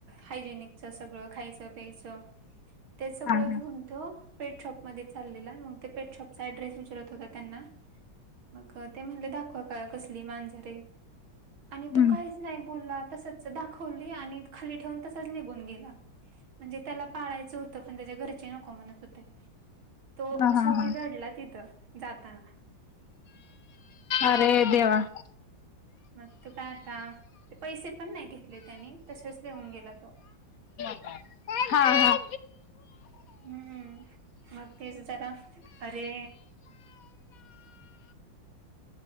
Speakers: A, on the right; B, on the left.
A: हायजेनिकच सगळं खायचं प्यायचं ते सगळं
B: हा
A: घेऊन तो पेटशॉप मध्ये चाललेला मग ते पेटशॉपचा ऍड्रेस विचारत होता त्यांना. मग ते म्हणले दाखवा का कसली मांजर आहे. आणि तो
B: हम्म
A: काहीच नाही बोलला तसंच दाखवली आणि खाली ठेवून तसच निघून गेला. म्हणजे त्याला. पाळायचं होत पण त्याच्या घरचे नको म्हणत होते तो
B: हा हा
A: शेवटी
B: हा.
A: रडला तिथं. जाताना.
B: अरे देवा.
A: मग तो काय आता ते त्यांनी पैसे पण नाय घेतले पैसे तसेच देऊन गेला.
B: हा हा.
A: हम्म म तेच जरा अरे.